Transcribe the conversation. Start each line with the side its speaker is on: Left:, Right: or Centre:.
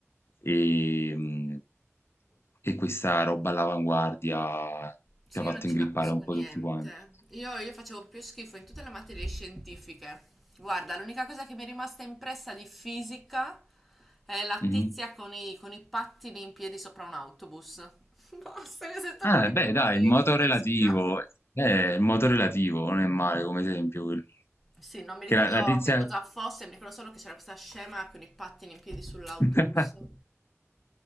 Left: e, mh, e questa roba all'avanguardia
Centre: Sì,
Left: ci ha
Centre: io
Left: fatto
Centre: non ci
Left: ingrippare
Centre: capisco
Left: un po'
Centre: niente.
Left: tutti quanti.
Centre: Io, io facevo più schifo in tutte le materie scientifiche. Guarda, l'unica cosa che mi è rimasta impressa di fisica è la
Left: Mhm.
Centre: tizia con i, con i pattini in piedi sopra un autobus. <laughs> Basta, questo è tutto
Left: Eh,
Centre: quello che
Left: beh,
Centre: mi ricordo
Left: dai, il
Centre: io
Left: moto
Centre: di fisica.
Left: relativo. Eh, il moto relativo non è male come esempio quello.
Centre: Sì, non mi ricordo
Left: Che la, la tizia...
Centre: che cosa fosse, mi ricordo solo che c'era questa scema con i pattini in piedi sull'autobus.
Left: <laughs>